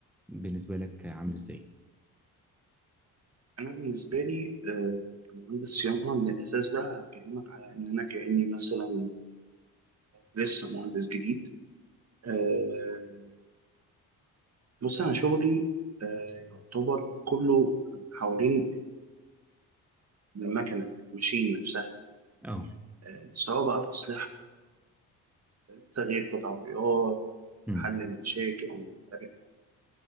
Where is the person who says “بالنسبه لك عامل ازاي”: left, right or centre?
Centre